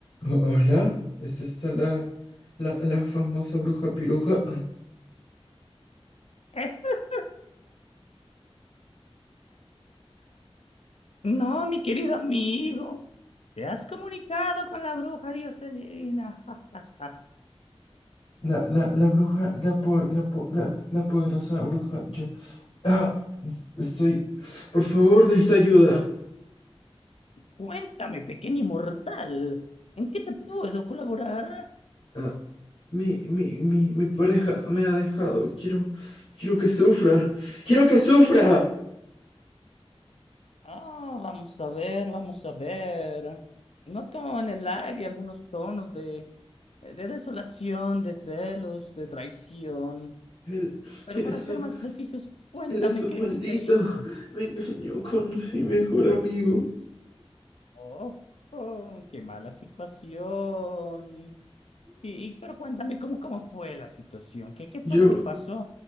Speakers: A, on the left (about 50°); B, on the left (about 75°).
A: O- Hola, ¿es esta la, la, la famosa bruja piruja?
B: <laughs> No, mi querido amigo, te has comunicado con la bruja Dioselina. <laughs>
A: La, la, la bruja, la, po- la, po- la, la poderosa bruja, yo... Ah, estoy... Por favor, necesito ayuda.
B: Cuéntame, pequeño inmortal, ¿en qué te puedo colaborar?
A: Ah, mi, mi, mi, mi pareja me ha dejado. Quiero, quiero que sufra. ¡Quiero que sufra!
B: Ah, vamos a ver, vamos a ver. Noto en el aire algunos tonos de, de desolación, de celos, de traición.
A: Él,
B: Pero
A: él
B: para
A: es
B: ser
A: un,
B: más precisos, cuéntame
A: él es un
B: qué,
A: maldito.
B: qué te hizo.
A: Me engañó con mi mejor amigo.
B: Oh, oh, qué mala situación. Y, y- pero cuéntame cómo, cómo fue la situación, qué, qué fue
A: Yo,
B: lo que pasó.